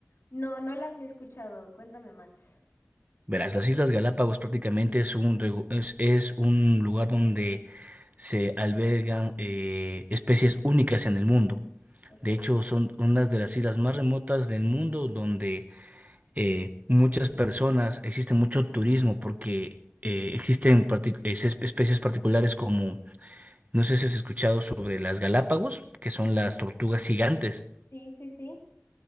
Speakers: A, on the left; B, on the right.
A: No, no las he escuchado. Cuéntame más.
B: Verás, las Islas Galápagos prácticamente es un, regu- es, es un lugar donde se albergan eh, especies únicas en el mundo.
A: Ok,
B: De hecho, son unas de las islas más remotas del mundo donde eh, muchas personas, existe mucho turismo porque eh, existen partic- es- especies particulares como, no sé si has escuchado sobre las Galápagos, que son las tortugas gigantes.
A: sí, sí, sí.